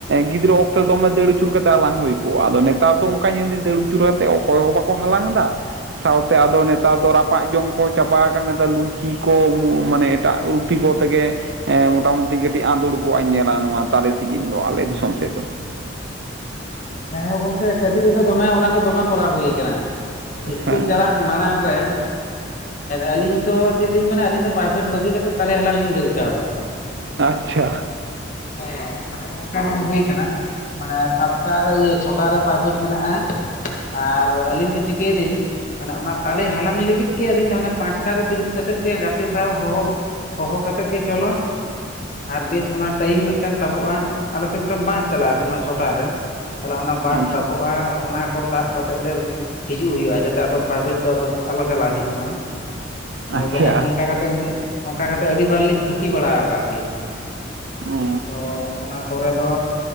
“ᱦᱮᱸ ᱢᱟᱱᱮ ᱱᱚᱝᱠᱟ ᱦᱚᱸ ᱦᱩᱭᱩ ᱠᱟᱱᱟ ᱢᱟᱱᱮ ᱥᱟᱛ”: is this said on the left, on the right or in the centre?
Left